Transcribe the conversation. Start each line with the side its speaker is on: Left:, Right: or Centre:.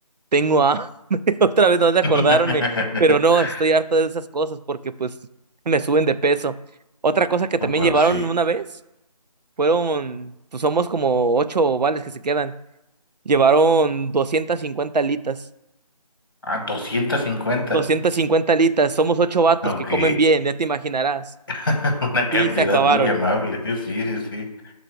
Right: tengo hambre, <laughs> otra vez no de acordarme,
Left: <laughs>
Right: pero no, estoy harto de esas cosas porque pues me suben de peso. Otra cosa que también
Left: Pues
Right: llevaron
Left: sí.
Right: una vez fueron, pues somos como ocho ovales que se quedan, llevaron 250 alitas,
Left: Ah, doscientos cincuenta.
Right: 250 alitas, somos ocho vatos
Left: Ok,
Right: que comen bien, ya te imaginarás.
Left: <laughs> una cantidad
Right: Sí, se acabaron.
Left: muy amable. <laughs> Sí, sí, sí.